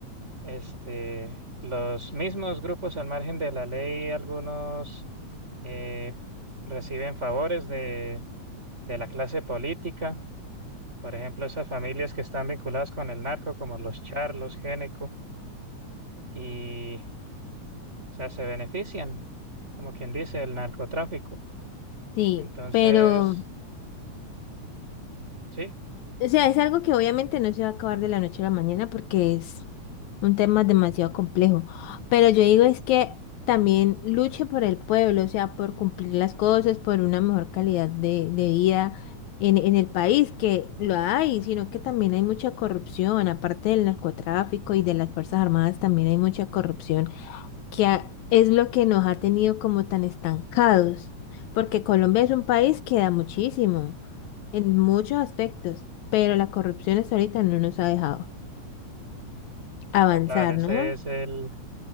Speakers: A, on the right; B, on the left.
A: este, los mismos grupos al margen de la ley, algunos eh, reciben favores de, de la clase política, por ejemplo, esas familias que están vinculadas con el narco, como los charlos, Géneco, y o sea, se benefician, como quien dice, el narcotráfico.
B: sí,
A: Entonces,
B: pero,
A: sí,
B: o sea, es algo que obviamente no se va a acabar de la noche a la mañana porque es un tema demasiado complejo. Pero yo digo es que también luche por el pueblo, o sea, por cumplir las cosas, por una mejor calidad de, de vida en, en el país, que lo hay, sino que también hay mucha corrupción, aparte del narcotráfico y de las Fuerzas Armadas, también hay mucha corrupción, que ha- es lo que nos ha tenido como tan estancados, porque Colombia es un país que da muchísimo, en muchos aspectos, pero la corrupción hasta ahorita no nos ha dejado avanzar,
A: total, ese
B: ¿no?
A: es el,